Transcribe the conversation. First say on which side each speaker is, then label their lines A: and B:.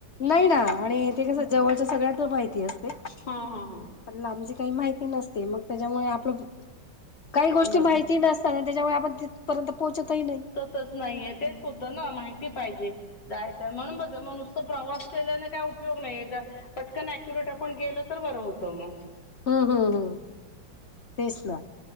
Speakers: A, on the left (about 45°); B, on the left (about 60°).
A: नाही ना आणि ते कसं जवळच सगळ्याना माहिती असते.
B: हा हा हा
A: पण लांबची काही माहिती नसते, मग त्याच्यामुळे आपलं काही गोष्टी
B: बर
A: माहिती माहिती नसत ना त्याच्यामुळे आपण तिथपर्यंत पोहोचतही नाही.
B: पोचत नाहीयं तेच होत ना माहिती पाहिजे जायचं म्हणून बोलतोय म नुसतं प्रवास केल्याने काय उपयोग नाहीयं, पटकन अक्युरेट आपण गेल तर बरं होतं मग.
A: हम हम हम.. तेच ना.